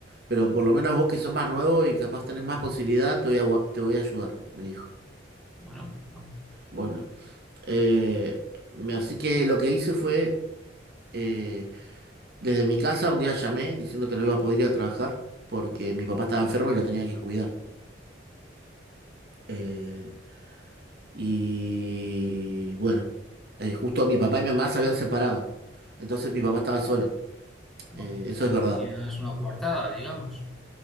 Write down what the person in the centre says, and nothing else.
bueno, no,
no.
Tenías una coartada, digamos.